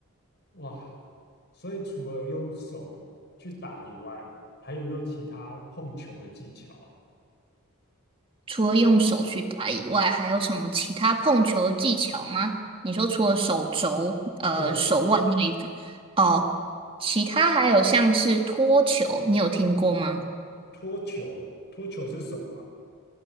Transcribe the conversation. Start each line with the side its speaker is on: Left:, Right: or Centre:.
Left: 哇，所以除了用手去打以外，还有没有其他碰球的技巧啊？
Right: 除了用手去打以外，还有什么其他碰球的技巧吗？你说除了手肘、呃手腕那一种，
Left: 对啊，
Right: 哦，其他还有像是托球，你有听过吗？
Left: 托球，托球是什么啊